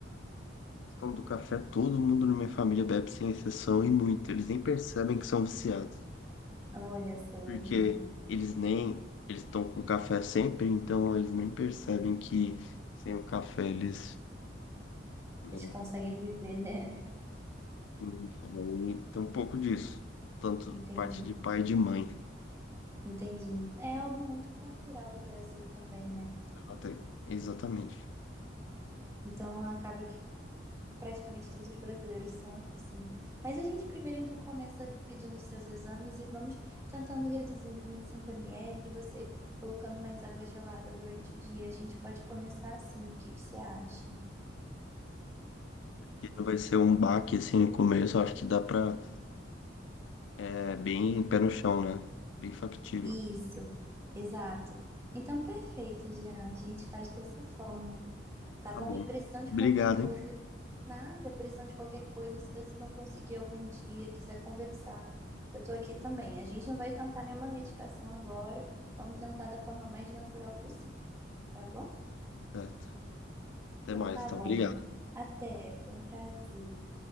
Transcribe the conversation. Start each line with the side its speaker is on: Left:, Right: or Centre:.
Left: Então do café todo mundo na minha família bebe sem exceção e muito. Eles nem percebem que são viciados,
Right: Olha só,
Left: porque
Right: então.
Left: eles nem eles estão com café sempre, então eles nem percebem que sem o café eles né,
Right: Eles conseguem viver, né?
Left: Sim, cara, e Tem um pouco disso. Tanto
Right: Entendi.
Left: parte de pai e de mãe.
Right: Entendi. É algo muito cultural do Brasil também, né?
Left: Até, exatamente.
Right: Então acaba que praticamente todos os brasileiros são assim. Mas a gente primeiro então começa pedindo os seus exames e vamos tentando reduzindo 25 ml, você colocando mais água gelada durante o dia. A gente pode começar assim. O que que você acha?
Left: E não vai ser um baque assim no começo, eu acho que dá pra. É bem pé no chão, né? Bem factível.
Right: Isso, exato. Então perfeito, Jean. A gente faz dessa forma, tá bom?
Left: Tá bom.
Right: E precisando de
Left: Obrigado,
Right: qualquer coisa,
Left: hein?
Right: Nada, precisando de qualquer coisa. Se você não conseguir algum dia, quiser conversar, eu tô aqui também. A gente não vai tentar nenhuma medicação agora. Vamos tentar da forma mais natural possível, tá bom?
Left: Certo. Até
Right: Então
Left: mais,
Right: tá
Left: então.
Right: bom.
Left: Obrigado.
Right: Até, foi um prazer.